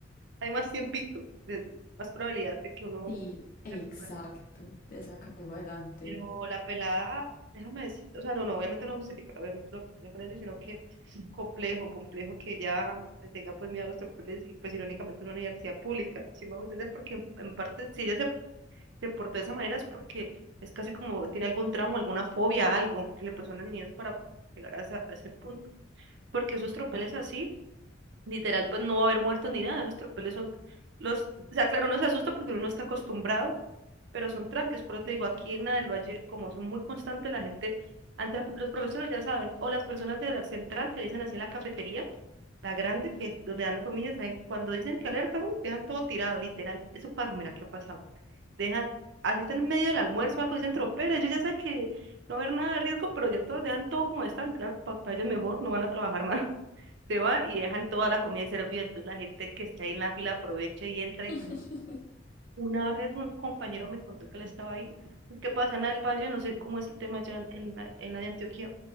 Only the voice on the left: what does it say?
Sí, exacto,
de sacarlo adelante.
<laughs>